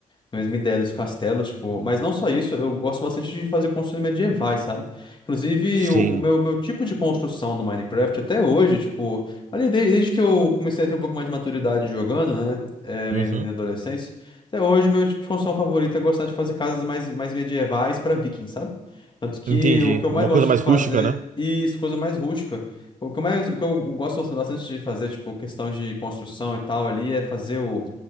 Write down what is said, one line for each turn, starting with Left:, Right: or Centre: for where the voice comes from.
Left: a mesma ideia dos castelos, tipo, mas não só isso, eu gosto bastante de fazer construções medievais, sabe? Inclusive,
Right: Sim.
Left: o, o meu, meu tipo de construção no Minecraft até hoje, tipo, ali de- desde que eu comecei a ter um pouco mais de maturidade jogando, né? É,
Right: Uhum.
Left: minha, minha adolescência, até hoje, meu tipo de construção favorito é gostar de fazer casas mais, mais medievais para vikings, sabe? Tanto que
Right: Entendi.
Left: o que eu mais
Right: Uma
Left: gosto
Right: coisa mais
Left: de fazer,
Right: rústica, né?
Left: e isso, coisa mais rústica. O que eu mais, o que eu gosto bastante de fazer, tipo, questão de construção e tal ali, é fazer o